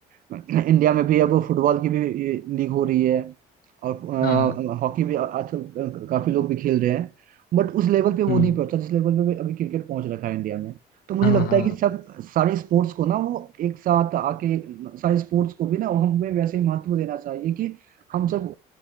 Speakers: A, on the right; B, on the left.
A: <clears throat> इंडिया में भी अब फुटबॉल की भी लीग हो रही है और
B: हाँ
A: हॉकी भी आजकल काफी लोग भी खेल रहे हैं बट उस लेवल पे वो
B: हम्म,
A: नहीं पहुंचा जिस लेवल पे अभी क्रिकेट पहुंच रखा है इंडिया में तो मुझे
B: हाँ
A: लगता
B: हाँ
A: है कि सब सारे स्पोर्ट्स को ना वो एक साथ आके सारे स्पोर्ट्स को भी ना हमें वैसे ही महत्व देना चाहिए कि हम सब